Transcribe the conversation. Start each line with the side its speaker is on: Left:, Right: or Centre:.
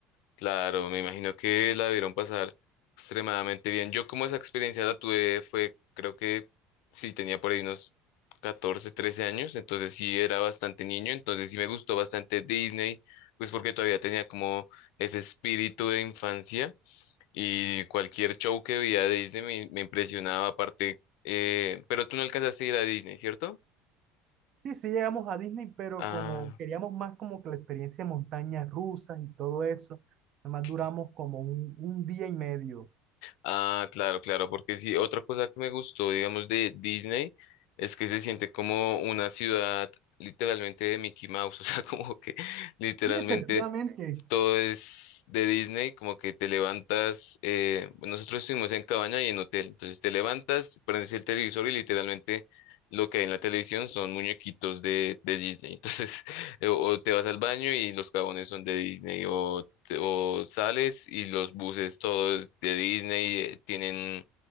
Left: Claro, me imagino que la debieron pasar extremadamente bien. Yo como esa experiencia la tuve fue, creo que sí, tenía por ahí unos 14, 13 años, entonces sí era bastante niño, entonces sí me gustó bastante Disney, pues porque todavía tenía como ese espíritu de infancia y cualquier show que veía de Disney me, me impresionaba aparte, eh, pero tú no alcanzaste a ir a Disney, ¿cierto?
Right: Sí, sí llegamos a Disney, pero
Left: Ah,
Right: como queríamos más como que la experiencia de montañas rusas y todo eso, además
Left: ok.
Right: duramos como un, un día y medio.
Left: Ah, claro, claro, porque sí, otra cosa que me gustó, digamos, de Disney es que se siente como una ciudad literalmente de Mickey Mouse, <laughs> o sea, como que literalmente
Right: Y efectivamente,
Left: todo es de Disney, como que te levantas, eh, nosotros estuvimos en cabaña y en hotel, entonces te levantas, prendes el televisor y literalmente lo que hay en la televisión son muñequitos de, de Disney, <laughs> entonces eh, o te vas al baño y los jabones son de Disney, o, te- o sales y los buses todos de Disney, eh, tienen,